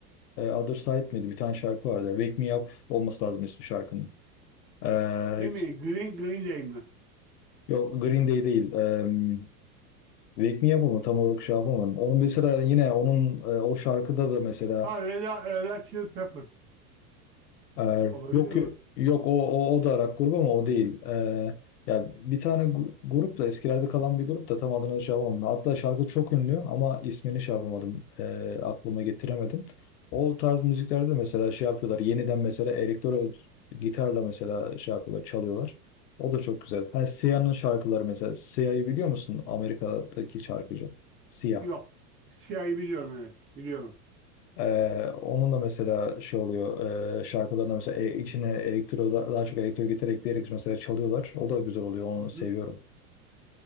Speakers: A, on the left; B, on the right.
A: e, Other Side miydi? Bir tane şarkı vardı. Wake Me Up olması lazım ismi şarkının. E,
B: Değil mi? Green, Green Day mi?
A: Yok Green Day değil. Em, Wake Me Up mı, tam olarak şey yapamadım. Onun mesela yine onun e, o şarkıda da mesela
B: Ha Red, Hot- Red Hot Chili Peppers.
A: Ee,
B: Olabilir
A: yok
B: mi?
A: yok o, o, o da Arak grubu ama o değil. Ee, ya bir tane gu- grup da eskilerde kalan bir grup da tam adını şey yapamadım. Hatta şarkı çok ünlü ama ismini şey yapamadım. ee, aklıma getiremedim. O tarz müziklerde mesela şey yapıyorlar. Yeniden mesela elektro gitarla mesela şey yapıyorlar, çalıyorlar. O da çok güzel. Hani Siyah'ın şarkıları mesela. Siyah'ı biliyor musun? Amerika'daki şarkıcı. Siyah.
B: Yok. Siyahı biliyorum evet. Biliyorum.
A: Ee, onun da mesela şey oluyor e, şarkılarında mesela e, içine elektro da- daha çok elektro gitar ekleyerek mesela çalıyorlar. O da güzel oluyor. Onu
B: Hı hı.
A: seviyorum.